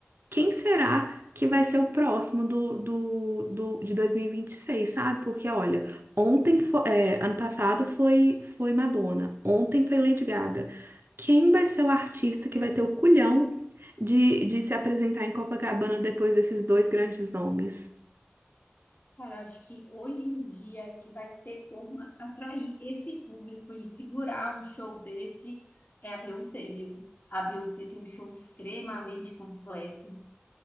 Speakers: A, on the right; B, on the left.
A: quem será que vai ser o próximo do, do, do, de 2026, sabe? Porque, olha, ontem foi, ano passado foi, foi Madonna, ontem foi Lady Gaga. Quem vai ser o artista que vai ter o culhão de, de se apresentar em Copacabana depois desses dois grandes nomes?
B: Cara, eu acho que hoje em dia é que vai ter como atrair esse público e segurar um show desse é a Beyoncé, viu? A Beyoncé tem um show extremamente completo.